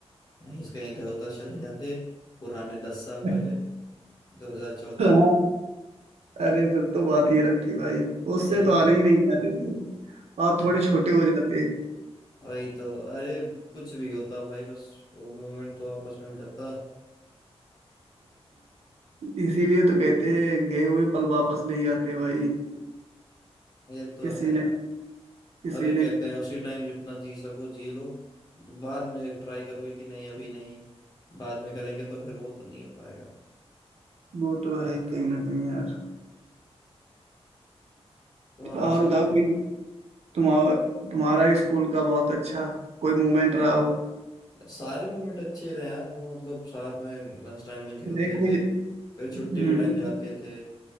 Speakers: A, on the left; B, on the right.
A: वहीं से कहीं इधर उधर चले जाते पुराने दस साल
B: <laughs>
A: पहले 2014
B: हाँ,
A: में
B: अरे फिर तो बात ही अलग थी भाई उससे
A: यही
B: तो आने
A: तो
B: ही नहीं जाते थे आप
A: <laughs>
B: थोड़े छोटे हो जाते
A: वही तो अरे कुछ भी होता भाई बस वो मोमेंट तो वापस मिल जाता
B: इसीलिए तो कहते हैं गए हुए पल वापस नहीं आते भाई
A: ये तो
B: किसी
A: है
B: ने किसी
A: अभी
B: ने
A: कहते हैं उसी टाइम जितना जी सको जी लो तो बाद में ट्राई करोगे कि नहीं अभी नहीं बाद में करेंगे तो फिर वो तो नहीं हो पाएगा
B: वो तो है ही कहीं ना कहीं यार
A: तो हमेशा
B: और बताओ
A: से रह
B: कोई
A: जाता
B: तुम्हारा तुम्हारा स्कूल का बहुत अच्छा कोई मोमेंट रहा हो
A: है। सारे मोमेंट अच्छे रहे यार वो मतलब साथ में लंच टाइम में खेलते
B: नहीं कोई
A: थे फिर
B: हम्म
A: छुट्टी के टाइम जाते थे